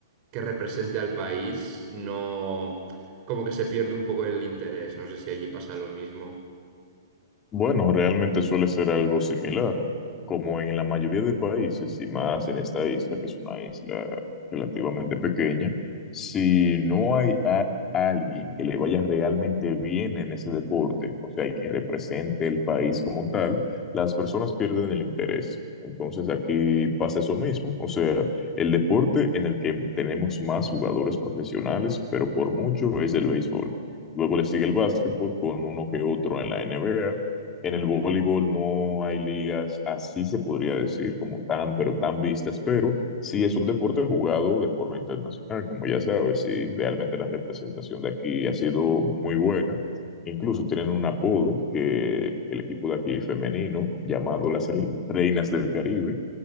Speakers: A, on the right; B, on the left.
A: que represente al país, no, como que se pierde un poco el interés. No sé si allí pasa lo mismo.
B: Bueno, realmente suele ser algo similar, como en la mayoría de países, y más en esta isla, que es una isla relativamente pequeña, si no hay a alguien que le vaya realmente bien en ese deporte, o sea, y que represente el país como tal, las personas pierden el interés. Entonces aquí pasa eso mismo, o sea, el deporte en el que tenemos más jugadores profesionales, pero por mucho es el béisbol. Luego
A: Mm.
B: le sigue el básquetbol con uno que otro en la NBA. En el voleibol no hay ligas, así se podría decir, como tan, pero tan vistas, pero sí es un deporte jugado de forma internacional, como ya sabes, y realmente la representación de aquí ha sido muy buena. Incluso tienen un apodo que el equipo de aquí femenino, llamado las Rein- Reinas del Caribe.